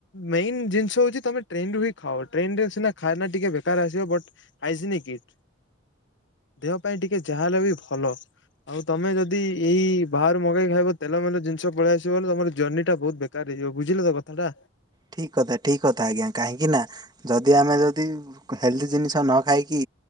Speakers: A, on the left; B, on the right.
A: ମେନ୍ ଜିନିଷ ହଉଛି ତମେ ଟ୍ରେନ ରୁ ହିଁ ଖାଅ ଟ୍ରେନ ରେ ସିନା ଖାଇନା ଟିକେ ବେକାର ଆସିବ ବଟ୍। ଆାଇସି ନିକିଟ୍। ଦେହ ପାଇଁ ଟିକେ ଯାହା ହେଲେ ବି ଭଲ। ଆଉ ତମେ ଯଦି ଏଇ ବାହାରୁ ମଗେଇ ଖାଇବ ତେଲ ମେଲ ଜିନିଷ ପଳେଇଆସିବ ଗଲେ ତମର ଯୌର୍ନୀ ଟା ବହୁତ ବେ କାର ହେଇଯିବ ବୁଝିଲ ତ କଥାଟା।
B: ଠିକ କଥା ଠିକ କଥା ଆଜ୍ଞା କାହିଁକି ନା। ଯଦି ଆମେ ଯଦି ହେଲ୍ଦି ଜିନିଷ ନ ଖାଇକି।